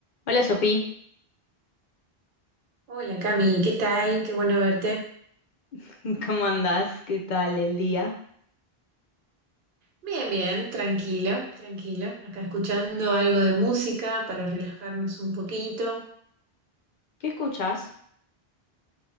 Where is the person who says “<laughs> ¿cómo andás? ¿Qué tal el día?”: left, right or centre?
Left